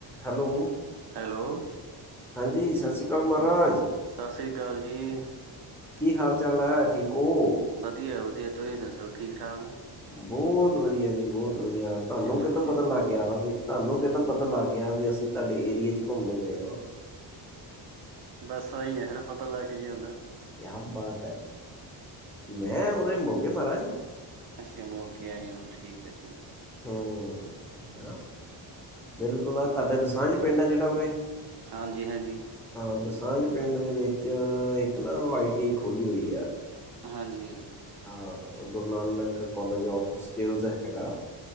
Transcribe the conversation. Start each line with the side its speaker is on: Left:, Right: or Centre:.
Centre: ਹੈਲੋ।
Right: ਹੈਲੋ।
Centre: ਹਾਂਜੀ, ਸਸ ਸ੍ਰੀ ਕਾਲ ਮਾਹਰਾਜ।
Right: ਸਸ ਸ੍ਰੀ ਕਾਲ ਜੀ।
Centre: ਕੀ ਹਾਲ-ਚਾਲ ਐ, ਠੀਕ ਓ?
Right: ਬਧੀਆ ਵਧੀਐ। ਤੁਸੀਂ ਦੱਸੋ ਠੀਕ-ਠਾਕ ਓ?
Centre: ਬੋਤ ਵਧੀਆ ਜੀ, ਬੋਤ ਵਧੀਆ। ਤਾਨੂੰ
Right: ਚਲੋ
Centre: ਕਿੱਦੋਂ
Right: ਵਧੀਆ
Centre: ਪਤਾ ਲੱਗ ਗਿਆ ਵੀ, ਤਾਨੂੰ ਕਿੱਦਾਂ ਪਤਾ ਲੱਗ ਗਿਆ ਵੀ ਅਸੀਂ ਤਾਡੇ ਏਰੀਏ 'ਚ ਘੁੰਮਦੇ ਪਏ ਆਂ।
Right: ਬਸ ਆ ਈ ਐਂ, ਫੇਰ ਪਤਾ ਲਗ ਈ ਯਾਂਦੈ।
Centre: ਕਿਆ ਬਾਤ ਐ! ਮੈਂ ਉਰੇ ਮੋਗੇ ਮਾਹਰਾਜ।
Right: ਅੱਸ਼ਾ, ਮੋਗੇ ਆਏ ਓਂ, ਠੀਕ ਐ-ਠੀਕ ਐ।
Centre: ਹੂੰ, ਹੈ ਨਾ। ਬਿਲਕੁਲ ਆ ਤਾਡੇ ਦੁਸਾਂਝ ਪਿੰਡ ਆ ਜੜਾ ਉਰੇ।
Right: ਹਾਂਜੀ-ਹਾਂਜੀ।
Centre: ਆਂ, ਦੁਸਾਂਝ ਪਿੰਡ ਦੇ ਵਿੱਚ ਇੱਕ ਨਾ ਓ ਆਈ ਟੀ ਆਈ ਖੋਲੀ ਹੋਈ ਐ।
Right: ਅ ਹਾਂਜੀ।
Centre: ਆਹ Guru Nanak college of skills ਹੈਗਾ।